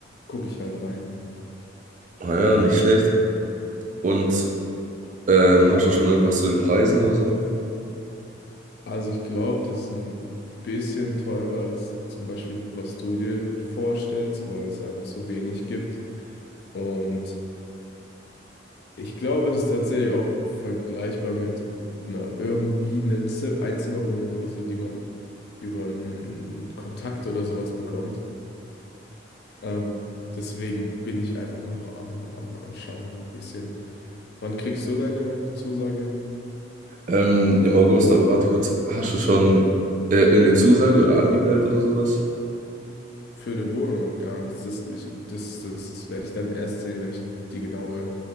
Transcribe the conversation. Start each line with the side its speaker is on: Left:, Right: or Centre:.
Left: gucke ich halt rein.
Right: ah ja, nicht schlecht. Und ähm, hast du schon irgendwas zu den Preisen oder so?
Left: Also ich glaube, das ist ein bisschen teurer als zum Beispiel, was du dir vorstellst, weil es einfach so wenig gibt. Und Ich glaube, es ist tatsächlich auch vergleichbar mit einer irgendwie eine Zi- Einzimmerwohnung oder so, die man über einen Kontakt oder sowas bekommt. Ähm, deswegen bin ich einfach noch am, am, am Schauen ein bisschen. Wann kriegst du deine Zusage?
Right: Ähm, im August, aber warte kurz, hast du schon äh, irgendeine Zusage oder angemeldet oder sowas?
Left: Für eine Wohnung noch gar nichts. Das, ich, das, das werde ich dann erst sehen, wenn ich die genaue